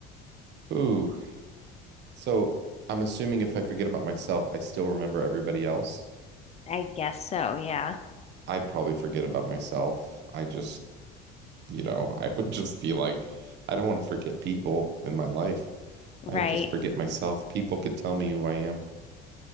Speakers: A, on the right; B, on the left.
A: Ooh. So I'm assuming if I forget about myself, I still remember everybody else.
B: I guess so. Yeah.
A: I'd probably forget about myself. I just, you know, <laughs> I would just be like, I don't want to forget people in my life.
B: Right.
A: I'd just forget
B: <laughs>
A: myself. People could tell me who I am.